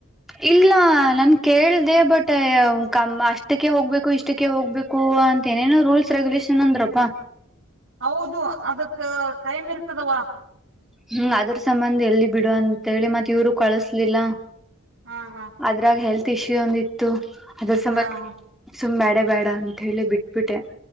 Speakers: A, in the centre; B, on the right (about 65°).
A: ಇಲ್ಲ ನನ್ ಕೇಳ್ದೆ ಬಟ್ ಅಷ್ಟಕ್ಕೆ ಹೋಗ್ಬೇಕು ಇಷ್ಟ. ಅಷ್ಟಕ್ಕೆ ಹೋಗ್ಬೇಕು ಅಂತ ಏನೇನೋ ರೂಲ್ಸ್ ರೆಗ್ಯುಲೇಷನ್ ಅಂದ್ರಪಾ.
B: ಹೌದು ಅದಕ್ ಟೈಮ್ ಇರ್ತದವಾ.
A: ಹ್ಮ್ ಅದ್ರ ಸಂಬಂಧ ಎಲ್ಲಿ ಬಿಡು ಅಂತೇಳಿ ಮತ್ ಇವರು ಕಳಸ್ಲಿಲ್ಲ.
B: ಹಾ ಹಾ.
A: ಅದ್ರಾಗ ಹೆಲ್ತ್ ಇಶ್ಯೂ ಒಂದಿತ್ತು ಅದ್ರ ಸಲುವಾಗಿ.
B: ಹಾ ಹ
A: ಸುಮ್ ಬ್ಯಾಡ ಬೇಡ ಅಂತ ಹೇಳಿ ಬಿಟ್ಬಿಟ್ಟೆ.